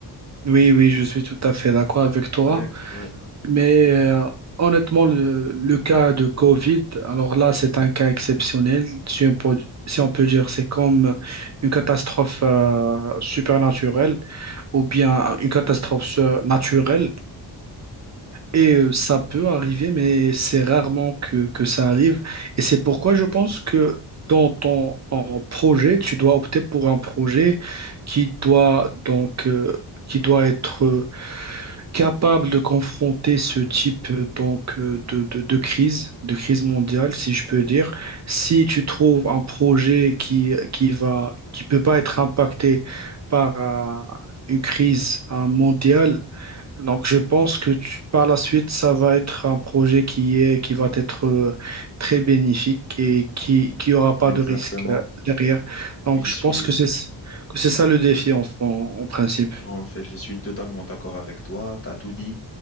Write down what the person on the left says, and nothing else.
Ouais, ouais,
exactement.
Et je suis,
En fait, je suis totalement d'accord avec toi, tu as tout dit.